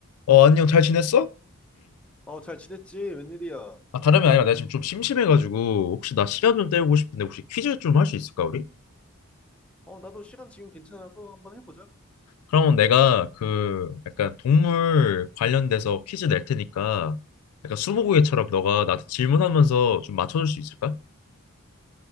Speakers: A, on the left; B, in the centre.
A: 어, 안녕, 잘 지냈어?
B: 어, 잘 지냈지? 웬일이야?
A: 아, 다름이 아니라 내가 지금 좀 심심해가지고 혹시 나 시간 좀 때우고 싶은데 혹시 퀴즈 좀 할 수 있을까 우리?
B: 어, 나도 시간 지금 괜찮아서 한번 해보자.
A: 그러면 내가 그 약간 동물 관련돼서 퀴즈 낼 테니까 약간 스무고개처럼 너가 나한테 질문하면서 좀 맞춰줄 수 있을까?